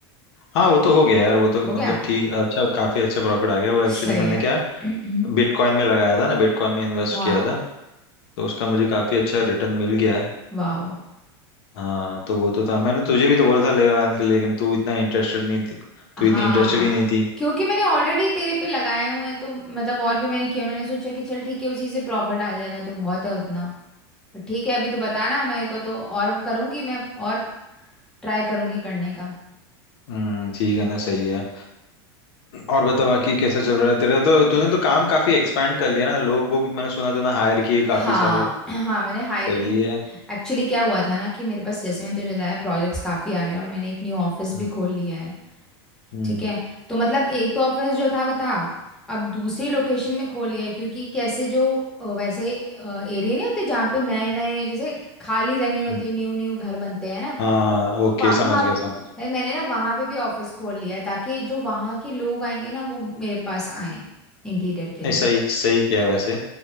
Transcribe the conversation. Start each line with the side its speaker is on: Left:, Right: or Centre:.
Left: हाँ वो तो हो गया यार वो तो
Centre: हो
Left: मतलब
Centre: गया
Left: ठीक अच्छा काफी अच्छा प्रॉफिट आ गया वो एक्चुअली
Centre: सही
Left: मैंने
Centre: है
Left: क्या
Centre: <clears throat>
Left: बिटकॉइन में लगाया था ना बिटकॉइन में इन्वेस्ट
Centre: हाँ
Left: किया था तो उसका मुझे काफी अच्छा रिटर्न मिल गया है
Centre: वाओ
Left: हाँ तो वो तो था मैंने तुझे भी तो बोला था लगाने के लिए लेकिन तू इतना इंटरेस्टेड नहीं थी तू
Centre: हाँ
Left: इतनी इंटरेस्टेड ही नहीं थी
Centre: क्योंकि मैंने ऑलरेडी तेरे पे लगाए हुए हैं तो मतलब और भी मैंने किया मैंने सोचा कि चल ठीक है उसी से प्रॉफिट आ जाएगा तो बहुत है उतना पर ठीक है अभी तो बताना मेरे को तो और करूंगी मैं और ट्राई करूंगी करने का
Left: हम्म ठीक है ना सही है और बता बाकी कैसा चल रहा है तेरा तो तूने तो काम काफी एक्सपेंड कर लिया ना लोग वो भी मैंने सुना तूने हायर किए
Centre: हाँ
Left: काफी सारे
Centre: हाँ मैंने हायरिंग
Left: सही है
Centre: एक्चुअली क्या हुआ था ना कि मेरे पास जैसे मैंने तुझे बताया प्रोजेक्ट्स काफ़ी आ रहे हैं और मैंने एक न्यू ऑफिस
Left: हम्म
Centre: भी खोल लिया है
Left: हम्म
Centre: ठीक है तो मतलब एक तो ऑफिस जो था वो था अब दूसरी लोकेशन में खोल लिया है क्योंकि कैसे जो अ, वैसे एरिया नहीं होते जहाँ पे नए नए जैसे खाली ज़मीन होती
Left: हम्म।
Centre: है न्यू न्यू घर बनते हैं ना
Left: हाँ
Centre: तो
Left: ओके
Centre: वहाँ
Left: समझ गया समझ
Centre: है, मैंने ना वहाँ पे भी ऑफिस खोल लिया है ताकि जो वहाँ के लोग आएंगे ना वो मेरे पास आए इंटीरियर के
Left: नहीं
Centre: लिए
Left: सही सही किया है वैसे